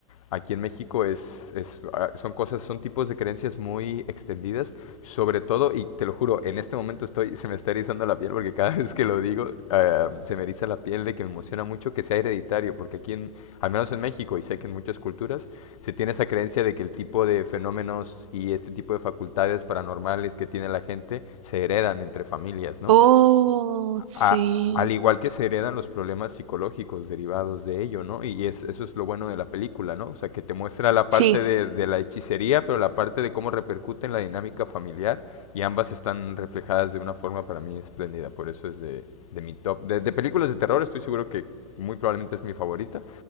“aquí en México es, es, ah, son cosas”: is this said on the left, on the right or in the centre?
Left